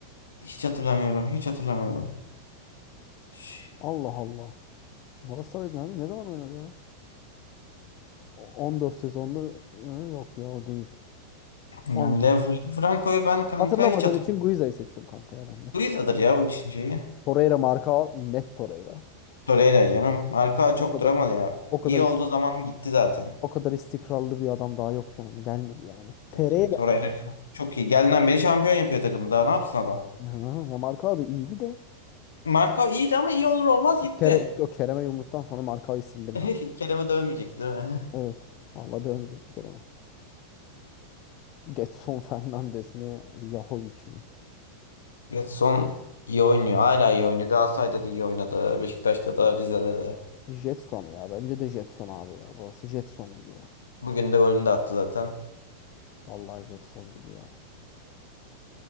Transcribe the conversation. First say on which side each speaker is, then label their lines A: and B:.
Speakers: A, on the left; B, on the left.
A: hiç hatırlamıyorum. Hiç hatırlamıyorum. Şş,
B: Allah Allah. Galatasaray'da hangi ne zaman oynadı ya? O- on dört sezonda Hı, yok ya o değil.
A: Yani
B: Allah.
A: Lev Franco'yu ben kanka
B: Hatırlamadığım
A: hiç hatırlamıyorum.
B: için Guiza'yı seçiyorum kanka ya ben de.
A: Guiza'dır ya bu işin şeyi.
B: Torreira marka net Torreira.
A: Torreira canım. Arka
B: Bu
A: çok
B: kadar
A: duramadı ya.
B: o kadar
A: İyi
B: is-
A: olduğu zaman gitti zaten.
B: o kadar istikrarlı bir adam daha yok yani. Gelmedi yani.
A: Tabii
B: TR'ye
A: tabii.
B: gelmedi.
A: Torreira çok, çok iyi. Geldiğinden beri şampiyon yapıyor takımı. Daha ne yapsın adam?
B: Hı, Ya marka da iyiydi de.
A: Marka iyiydi ama iyi olur olmaz gitti.
B: Kere, o Kerem'e yumruktan sonra markayı sildim
A: <laughs>
B: ha.
A: Kerem'e dövmeyecekti değil mi?
B: Evet. Vallahi dövmeyecekti Kerem'e. Getson <laughs> Fernandes mi? Yahovic mi?
A: Getson iyi oynuyor. Hala iyi oynuyor. Galatasaray'da da iyi oynadı. Beşiktaş'ta da Rize'de de.
B: Jetson ya. Bence de Jetson abi ya. Burası Jetson gibi ya.
A: Bugün de golünü de attı zaten.
B: Vallahi Jetson gibi ya.